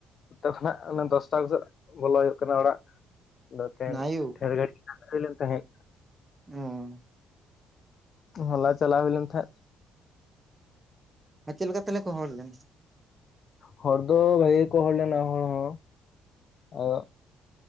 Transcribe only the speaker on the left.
ᱚᱱᱛᱮ ᱠᱷᱚᱱᱟᱜ ᱫᱚᱥᱴᱟ ᱠᱚ ᱥᱮᱫ ᱵᱚᱞᱚ ᱦᱩᱭᱩᱜ ᱠᱟᱱᱟ ᱚᱲᱟᱜ᱾ ᱫᱚ ᱛᱮᱱ
ᱫᱷᱮᱨ ᱜᱟᱹᱲᱤ ᱛᱟᱦᱮᱸ ᱦᱤᱭᱞᱮᱱ ᱛᱟᱦᱮᱸ᱾
ᱦᱚᱞᱟ ᱪᱟᱞᱟᱣ ᱦᱩᱭ ᱞᱮᱱ ᱛᱟᱦᱮᱸᱫ
ᱦᱚᱲ ᱫᱚ ᱵᱷᱟᱜᱮ ᱜᱮᱠᱚ ᱦᱚᱲ ᱞᱮᱱᱟ ᱦᱚᱲ ᱦᱚᱸ᱾ ᱟᱫᱚ